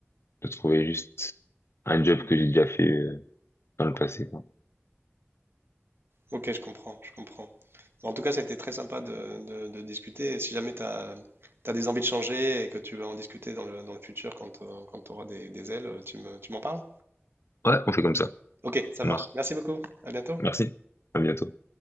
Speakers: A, on the left (about 80°); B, on the right (about 65°).
A: de trouver juste un job que j'ai déjà fait euh, dans le passé, quoi.
B: Ok, je comprends, je comprends. Bon, En tout cas, c'était très sympa de, de- de discuter. Et si jamais tu as, des envies de changer et que tu veux en discuter dans le, dans le futur quand, tu auras des, des ailes, tu me, tu m'en parles?
A: Ouais, on fait comme ça.
B: Ok, ça
A: Marc,
B: marche. Merci beaucoup. À bientôt.
A: merci. À bientôt.